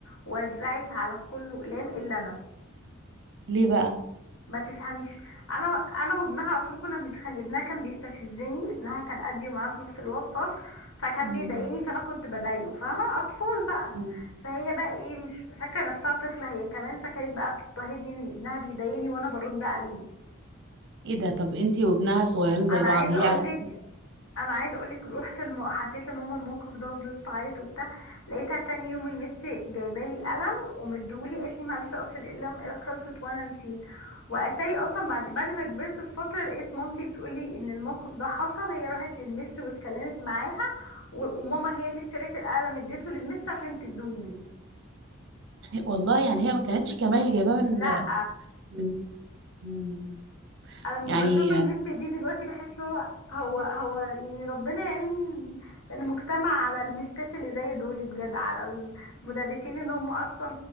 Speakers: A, on the left; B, on the right.
A: وزعت على كله اقلام الا انا
B: ليه بقى
A: ما تفهميش انا انا وابنها على طول كنا بنتخانق ابنها كان بيستفزني ابنها كان قدي ومعانا في نفس الو- الفصل فكان
B: مم.
A: بيضايقني فانا كنت بضايقه فاهمه اطفال بقى
B: مم.
A: فهي بقى ايه مش فاكره نفسها طفله هي كمان فكانت بقى بتضطهدني ان ابنها بيضايقني وانا برد عليه
B: ايه ده طب انتي وابنها صغيرين زي
A: انا
B: بعض
A: عايزه
B: هي
A: اقولك
B: علاقتها
A: انا عايزه اقولك روحت الم... حكيت لماما الموقف ده وفضلت اعيط وبتاع لقيتها تاني يوم المس جايبالي قلم ومديهولي قالت لي معلش اصل القلم خلصت وانا نسيت واتاري اصلا بعد بعد ما كبرت بفتره لقيت مامتي بتقولي ان الموقف ده حصل هي راحت للمس واتكلمت معاها و... وماما هي اللي اشترت القلم اديته للمس عشان تديهولي
B: والله يعني هي ما كانتش كمان اللي جايباه من
A: لا
B: من من-
A: انا لما
B: يعني
A: بشوف المس دي دلوقتي بحس هو هو هو يعني ربنا يعين المجتمع على المسات اللي زي دول بجد على المدرسين اللي هم اصلا